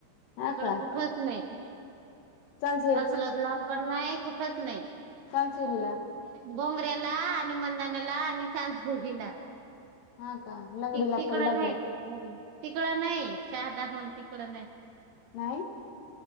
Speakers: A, on the left; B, on the right.
A: हा
B: इकड
A: का
B: कुठच नाही
A: चाल
B: असल लांब पण नाही कुठच नाही
A: सांसोलिला
B: बोंगड्याला आणि मदानेला आणि सांसभावजीला
A: हा का लंगडीला
B: ती तिकडं
A: पडला
B: नाही
A: भाऊ
B: तिकडं नाही साधा फोन तिकडं नाही
A: नाही